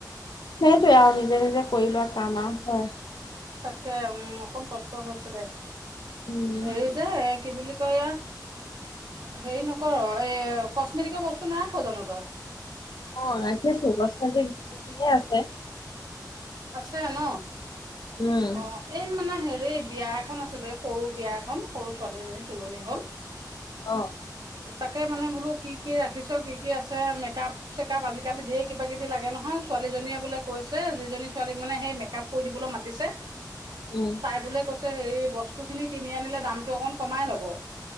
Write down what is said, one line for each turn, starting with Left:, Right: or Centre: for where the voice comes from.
Left: সেইটোৱে আৰু নিজে, নিজে কৰি লোৱা কাম আৰু হয়।
Right: তাকে উম অকন কষ্ট হৈছে, দে
Left: উম
Right: হেৰি যে এ কি বুলি এয়া। হেৰি নকৰ এ কস্মেটিকৰ বস্তু নাৰাখ জানো তই।
Left: অ' ৰাখিছোঁ কসমেটিক্স বহুখিনিয়ে আছে।
Right: আছে ন?
Left: উম
Right: অ' এই মানে হেৰি বিয়া এখন আছিলে সৰু বিয়া এখন সৰু ছোৱালী এজনী তুলনি হ'ল।
Left: অ,
Right: তাকে মানে বোলো, কি কি ৰাখিছ কি কি, আছে মেকআপ? চেক আপ আজিকালি ঢেৰ কিবা কিবি লাগে নহয় ছোৱালীজনীয়ে বোলে কৈছে যিজনী? ছোৱালীক মানে সেই মেক আপ কৰি দিবলৈ মাতিছে
Left: উম
Right: তাই বোলে কৈ? হেৰি বস্তুখিনি কিনি আনিলে দামতটো অকন কমাই ল'ব।